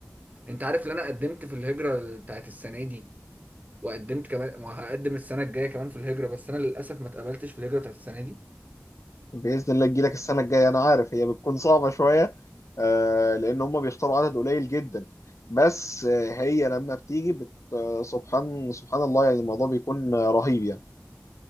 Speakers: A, on the right (about 30°); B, on the left (about 75°).
A: انت عارف ان انا قدمت في الهجرة بتاعت السنة دي وقدمت كمان وهقدم السنة الجاية كمان في الهجرة بس انا للاسف ما اتقبلتش في الهجرة بتاعت السنة دي
B: باذن الله تجيلك السنه الجايه انا عارف هي بتكون صعبه شويه آه، لان هم بيختاروا عدد قليل جدا بس آه، هي لما بتيجي بت... آه، سبحان سبحان الله يعني الموضوع بيكون آه، رهيب يعني